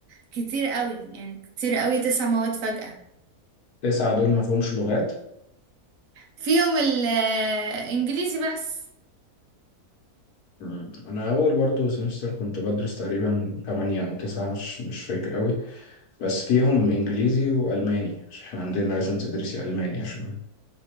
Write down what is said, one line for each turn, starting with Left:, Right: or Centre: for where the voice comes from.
Right: كتير قوي يعني كتير قوي تسع مواد فجأة
Left: تسعة دول ما فيهمش لغات
Right: فيهم الانجليزي بس
Left: مم. أنا أول برضه سمستر كنت بدرس تقريبا تمانية أو تسعة مش مش فاكر أوي بس فيهم إنجليزي وألماني عشان إحنا عندنا لازم تدرسي ألماني عشان